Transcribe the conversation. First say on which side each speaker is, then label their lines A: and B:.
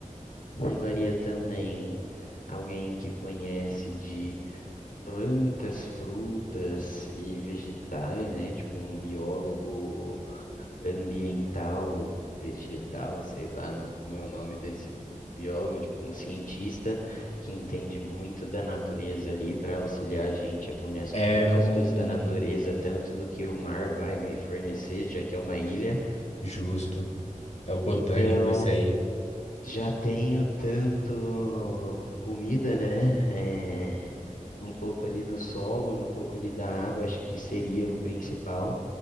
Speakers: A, on the left; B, on the left.
A: Levaria também alguém que conhece plantas, frutas e vegetais, né? Tipo um biólogo ambiental, vegetal, sei lá no- como é o nome desse biólogo, tipo um cientista que entende muito da natureza ali para auxiliar a gente a comer as-
B: É
A: tantas
B: um.
A: coisas da natureza, tanto do que o mar vai me fornecer, já que é uma ilha.
B: Justo. É o botânico
A: Então,
B: esse aí.
A: já tenho tanto comida, né? É, um pouco ali do solo e um pouco ali da água, acho que seria o principal.